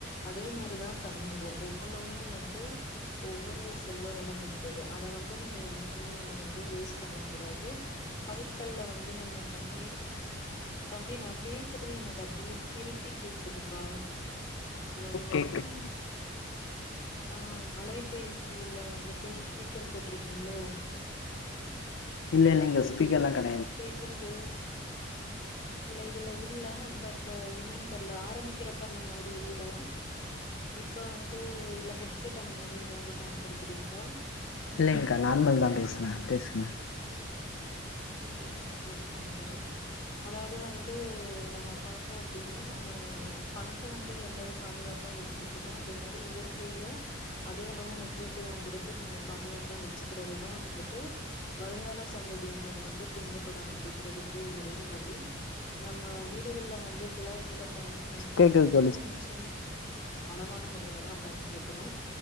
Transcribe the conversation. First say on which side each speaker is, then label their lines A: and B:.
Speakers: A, on the left; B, on the left.
A: அதே மாரிதான் தண்ணீரும் ஒவ்வொன்னுமே வந்து ஒவ்வொரு செல்வவளம் மிக்கது அத வந்து நம்ம என்னைக்குமே நம்ம வந்து வேஸ்ட் பண்ணக்கூடாது பயிர்கள்ள வந்து நம்ம தண்ணி தம்பி நான் பேசுறது எனக்கு அப்படியே திருப்பி கேக்குதுப்பா உங்களுடைய
B: கேக்குது
A: ஆஹ் அலைபேசியில வந்துட்டு ஸ்பீக்கர் போட்டிருக்கீங்ளோ
B: இல்ல இல்லிங்க ஸ்பீக்கர் எல்லாம் கட்
A: பேசுறது இல்ல இதுல இல்ல பட் என்னன்னு தெரில ஆரம்பிக்கிறப்ப அந்த மாதிரி இல்ல இப்ப வந்து இல்ல ஹெட்செட் அந்த மாரி ஏதாவது பயன்படுத்துறீங்களா
B: இல்லைங்க்கா நார்மல் தான் பேசுறேன் பேசுங்க
A: ஓ சரி அம் சரி அதாவது வந்து நம்ம பாத்தோம் அப்டின்னா நம்ம பணத்தை வந்து எவ்வளவு பாதுகாப்பா வச்சிருக்கோமோ அதே மாதிரி இயற்கையும் அதே அளவு முக்கியத்துவம் குடுத்து நம்ம பாதுகாப்பா வச்சுக்கிறதுதான் வந்துட்டு வருங்கால சந்ததியினர் வந்து துன்பபடாம இருக்கிறதுக்கு ஒரே வழி நம் மா வீடுகள்ல வந்து குழாய்கள்ல தண்ணீர் பயன்படுத்தும்
B: கேக்குது
A: போது
B: தோழி
A: நிச்சயமா அளவான முறையிலதான் பயன்படுத்தணும்